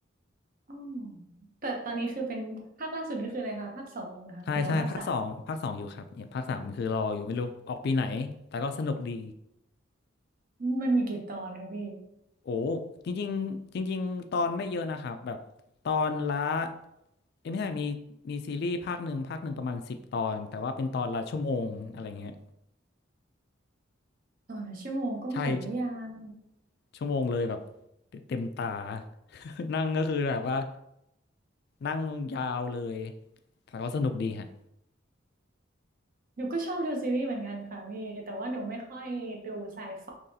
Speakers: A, on the right; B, on the left.
A: อ๋อแต่ตอนนี้คือเป็นภาคล่าสุดนี่คืออะไรคะภาคสองเหรอคะหรือว่าภาคสาม
B: ใช่ใช่ภาคสองภาคสองอยู่ครับเนี่ยภาคสามคือรออยู่ไม่รู้ออกปีไหนแต่ก็สนุกดี
A: มันมีกี่ตอนคะพี่
B: โอ้จริงๆจริงๆตอนไม่เยอะนะครับแบบตอนละเอ้ยไม่ใช่มีมีซีรีส์ภาคหนึ่งภาคหนึ่งประมาณสิบตอนแต่ว่าเป็นตอนละชั่วโมงอะไรเงี้ย
A: ตอนละชั่วโมงก็ไม่ถือว่ายาว
B: ใช่ <laughs> ชั่วโมงเลยแบบเตเต็มตา <laughs> นั่งก็คือแบบว่านั่งยาวเลยแต่ก็สนุกดีฮะ
A: หนูก็ชอบดูซีรีส์เหมือนกันค่ะพี่แต่ว่าหนูไม่ค่อยดูไซไฟ